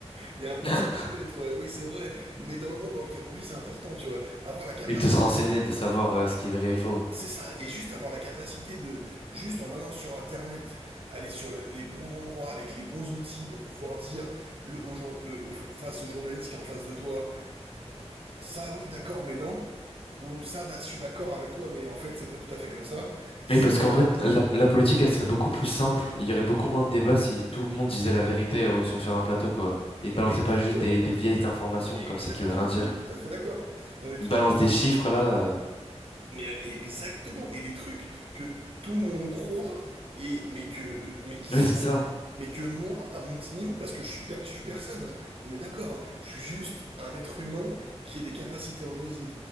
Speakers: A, on the right; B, on the left.
A: il y a un peu
B: <laughs>
A: de ça peut-être, euh, oui, c'est vrai, mais dans le monde dans lequel on vit, c'est important, tu vois, avoir la capacité,
B: Et de se renseigner, de savoir euh, ce qui est vrai et faux.
A: c'est ça, et juste avoir la capacité de, juste en allant sur Internet, aller sur les bons endroits, avec les bons outils pour pouvoir dire, le, au jour- le- au- face au journaliste qui est en face de toi, ça, oui, d'accord, mais non, ou ça, da- je suis d'accord avec toi, mais en fait, c'est pas tout à fait comme ça. C'est-
B: Mais parce qu'en vrai, la, la politique, elle serait beaucoup plus simple. Il y aurait beaucoup moins de débats si tout le monde disait la vérité au- sur, sur un plateau, quoi. Et balançait
A: Mais exactement,
B: pas juste des, des vieilles informations
A: mais
B: comme
A: exactement,
B: ça qui veulent rien dire.
A: on est tout à fait d'accord. On est tout
B: Ils balancent
A: à
B: des chiffres, là. euh.
A: Mais euh, exactement, et des trucs que tout le monde croit et mais que euh, mais qui
B: Oui,
A: sont
B: c'est ça.
A: mais que moi à mon petit niveau parce que je suis per- je suis personne hein, on est d'accord hein, je suis juste un être humain qui a des capacités en osint